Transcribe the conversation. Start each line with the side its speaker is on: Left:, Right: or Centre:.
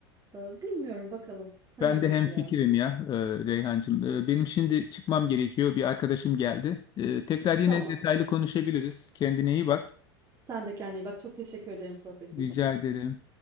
Right: Ee, Bilmiyorum bakalım. Hayırlısı
Left: Ben de hemfikirim
Right: ya.
Left: ya e, Reyhancığım. E, benim şimdi çıkmam gerekiyor. Bir arkadaşım geldi. E, tekrar yine
Right: Tamam.
Left: detaylı konuşabiliriz. Kendine iyi bak.
Right: Sen de kendine iyi bak. Çok teşekkür ederim sohbetin
Left: Rica
Right: için.
Left: ederim.